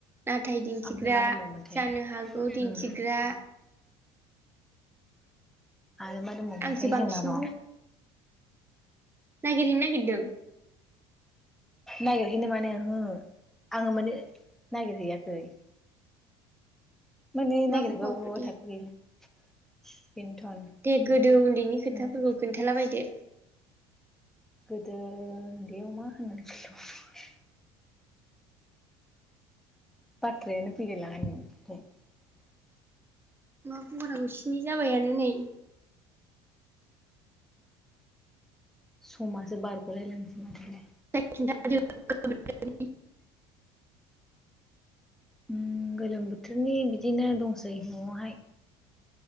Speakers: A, on the right; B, in the centre.
A: नाथाय दिन्थिग्रा
B: ओमफ्राय मा दंबावोमोनथाय
A: जानो हागौ दिन्थिग्रा
B: उम आरो मा दंबावोमोनथाय
A: आंसो बांसिन
B: जोंना र
A: नागिरहैनो नागिरदों
B: नागिरहैनो माने ओहो आङो माने नागिरहैयाखै माने
A: मा
B: नागिरबा
A: बुंबावनो
B: अबे अबेयावबा
A: दे
B: थाखो गैला बेनोथन
A: दे गोदो उन्दैनि खोथाफोरखौ
B: उम
A: खोन्थालाबायदो
B: गोदो उन्दैयाव मा होनना खोनथाबावनो बाथ्रायानो <unintelligible>
A: मा बुंबावनांगौ स्नि जाबायानो नै
B: समासो बारग'लायलांनोसै मानलाय
A: <unintelligible>
B: उम गोलोम बोथोरनि बिदिनो दंसै न'आवहाय